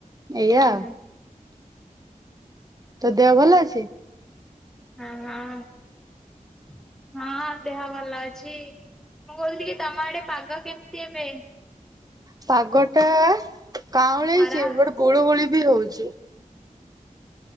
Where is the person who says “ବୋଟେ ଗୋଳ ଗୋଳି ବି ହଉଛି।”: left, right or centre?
Right